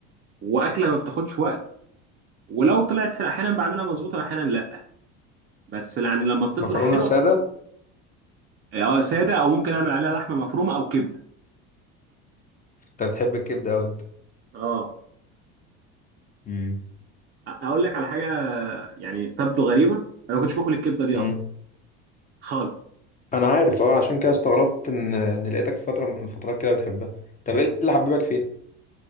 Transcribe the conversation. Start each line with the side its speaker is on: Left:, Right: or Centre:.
Right: واكله ما بتاخدش وقت ولو طلعت حلوة احيانا بعملها مظبوطه واحيانا لا بس يعني لما بتطلع
Left: مكرونه
Right: حلوه
Left: ساده
Right: اه ساده او ممكن اعمل عليها لحمه مفرومه او كبده
Left: انت بتحب الكبده او انت
Right: اه
Left: امم
Right: أ- اقول لك على حاجه يعني تبدو غريبه انا ما كنتش باكل الكبده دي
Left: امم
Right: اصلا خالص
Left: انا عارف اه عشان كده استغربت ان ان لقيتك في فتره من الفترات كده بتحبها طب ايه اللي حببك فيها